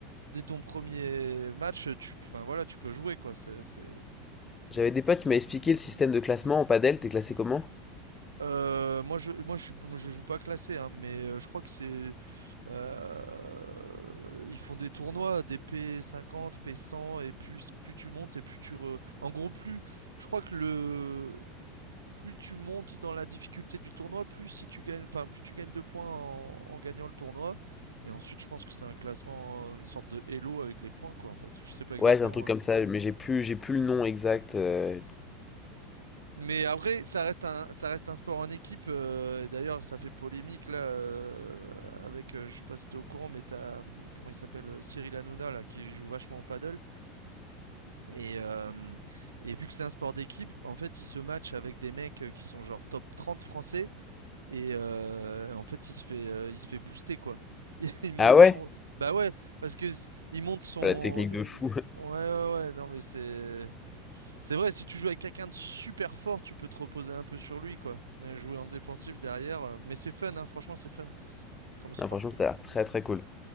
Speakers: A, on the right; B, on the left.
A: dès ton premier match, tu, enfin, voilà, tu peux jouer, quoi. C'est, c'est-
B: J'avais des potes qui m'avaient expliqué le système de classement en padel, t'es classé comment?
A: Euh, moi, je, moi, je, je joue pas classé, hein, mais euh, je crois que c'est, euh, ils font des tournois, des P50, P100, et plus, plus tu montes et plus tu, re- en gros, plus, je crois que le, plus tu montes dans la difficulté du tournoi, plus si tu gagnes, enfin, plus tu gagnes de points en, en gagnant le tournoi. Et ensuite, je pense que c'est un classement, euh, une sorte de Elo avec les points, quoi, en fait. Je sais pas exactement.
B: Ouais, c'est un truc
A: hein.
B: comme ça, mais j'ai plus, j'ai plus le nom exact. euh.
A: Mais après, ça reste un, ça reste un sport en équipe. euh, d'ailleurs, ça fait polémique là euh, avec, euh, je sais pas si t'es au courant, mais t'as, hum, comment il s'appelle, euh, Cyril Hanouna là, qui joue vachement au paddle. Et, euh, et vu que c'est un sport d'équipe, en fait, il se match avec des mecs euh, qui sont genre top 30 français. Et euh, en fait, il se fait, euh, il se fait booster quoi. <laughs> Il monte
B: Ah ouais?
A: son, bah ouais, parce que s- il monte son,
B: Ouais, La technique
A: ouais
B: de fou. <laughs>
A: ouais ouais, non mais c'est. C'est vrai, si tu joues avec quelqu'un de super fort, tu peux te reposer un peu sur lui, quoi. Euh, Jouer en défensif derrière. euh, Mais c'est fun, hein, franchement, c'est fun comme sport.
B: Non, franchement, ça a l'air très très cool.